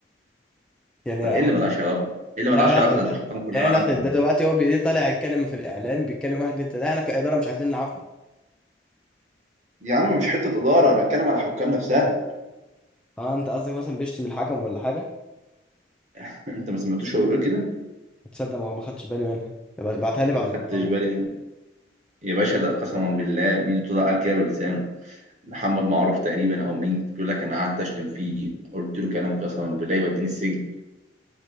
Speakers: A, in the centre; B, on the right.
A: يعني
B: ايه اللي ملهاش علاقه ايه اللي ملهاش
A: لا علاقة
B: علاقه
A: ده
B: ده انت الحكام كلها
A: ايه علاقة
B: معاكوا
A: ده دلوقتي هو بي- طالع يتكلم في الإعلام بيتكلم واحد انت ده احنا كإدارة مش عايزين نعاقبه
B: يا عم مش حته اداره انا بتكلم على حكام نفسها
A: اه انت قصدك مثلا بيشتم الحكم ولا حاجة
B: <laughs> انت ما سمعتوش هو بيقول كده
A: تصدق ما ما خدتش بالي منها يبقى ابعتها لي بعد
B: ما
A: ما
B: خدتش
A: اخلص
B: بالي من يا باشا ده قسما بالله ميدو طلع قال كده بلسانه محمد معروف تقريبا او مين بيقول لك انا قعدت اشتم فيه قلت له كلام قسما بالله يوديني السجن